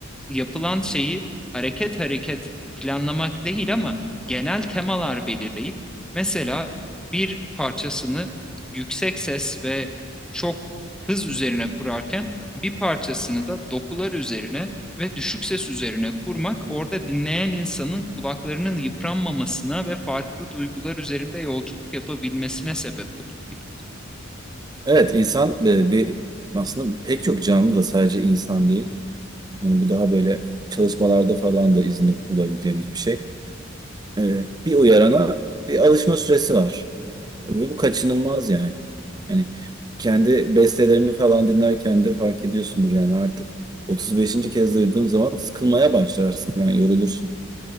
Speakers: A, in the centre; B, on the right.
A: yapılan şeyi hareket hareket planlamak değil ama genel temalar belirleyip mesela bir parçasını yüksek ses ve çok hız üzerine kurarken bir parçasını da dokular üzerine ve düşük ses üzerine kurmak orada dinleyen insanın kulaklarının yıpranmamasına ve farklı duygular üzerinde yolculuk yapabilmesine sebep olur gibi.
B: Evet insan e, bir aslında pek çok canlı da sadece insan değil. Yani bu daha böyle çalışmalarda falan da izini bulabileceğimiz bir şey. E, bir uyarana bir alışma süresi var. Ve bu kaçınılmaz yani. Hani kendi bestelerini falan dinlerken de fark ediyorsundur yani artık 35. kez duyduğun zaman sıkılmaya başlarsın yani yorulursun.